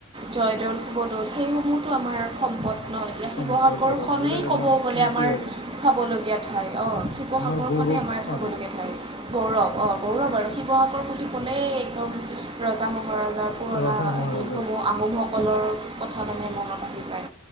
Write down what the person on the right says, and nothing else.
জয়দৌল শিৱদৌল সেইসমূহতো আমাৰ সম্পদ। ন' এতিয়া
শিৱসাগৰখনেই
ক'ব
গ'লে
আমাৰ
চাবলগীয়া ঠাই অ, শিৱসাগৰখনে
আমাৰ চাবলগীয়া
ঠাই। গৌৰৱ অ, গৌৰৱ আৰু শিৱসাগৰ বুলি কলেই ৰজা মহাৰজাৰ পুৰণা
দিনসমূহ আহোমক গলৰ কথা মানে মনত আহি যায়।